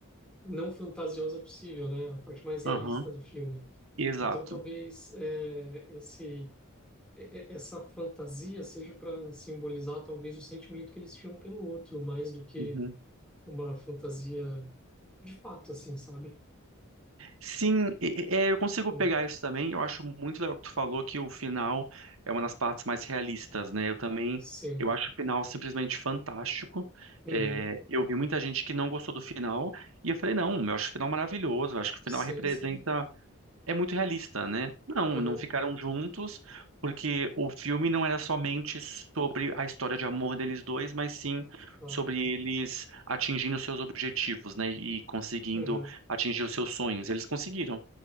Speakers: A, in the centre; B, on the right (about 70°).
A: não fantasiosa possível, né? A parte mais realista
B: aham,
A: do filme.
B: exato.
A: Então, talvez é, esse é- é- essa fantasia seja para simbolizar talvez o sentimento que eles tinham pelo outro, mais do que
B: Uhum.
A: uma fantasia de fato, assim, sabe?
B: Sim, e- e- é, eu consigo
A: Hum,
B: pegar isso também. Eu acho muito legal que tu falou que o final é uma das partes mais realistas, né? Eu também,
A: Sim.
B: eu acho o final simplesmente fantástico.
A: Uhum.
B: É, eu vi muita gente que não gostou do final e eu falei, não, eu acho o final maravilhoso. Eu acho que o final
A: Sim,
B: representa
A: sim.
B: é muito realista, né? Não,
A: Uhum.
B: não ficaram juntos, porque o filme não era somente sobre a história de amor deles dois, mas sim
A: Claro.
B: sobre eles atingindo seus objetivos, né? E conseguindo
A: Uhum.
B: atingir os seus sonhos. Eles conseguiram.